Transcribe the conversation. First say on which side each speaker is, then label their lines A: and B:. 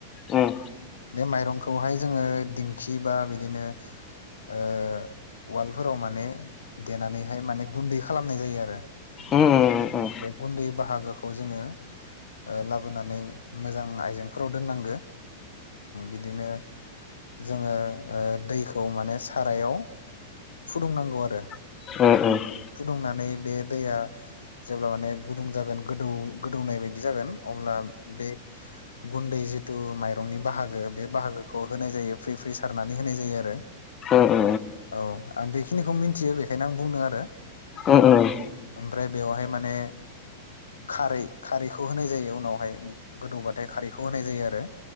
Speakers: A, on the left; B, on the left.
A: उम
B: बे माइरंखौहाय जोङो खि बा बिदिनो उवालफोराव माने देनानैहाय माने गुन्दै खालामनाय जायो आरो
A: ह उम उम
B: बे गुन्दै बाहागोखौ जोङो लाबोनानै मोजां आइजेंफोराव दोननांगो बिदिनो जोङो दैखौ माने सारायाव फुदुंनांगौ आरो
A: <inaudible>
B: फुदुंनानै बे दैया जेब्ला माने गुदुं जागोन गोदौ गोदौनाय बायदि जागोन अब्ला बे गुन्दै जिथु माइरंनि बाहागो बे बाहागोखौ होनाय जायो फ्रि फ्रि सारनानै होनाय जायो आरो
A: उम उम
B: औ आं बेखिनिखौ मिथियो बेखायनो आं बुंनो आरो
A: उम उम
B: ओमफ्राय बेवहाय माने खारै खारैखौ होनाय जायो उनावहाय गोदौबाथाय खारैखौ होनाय जायो आरो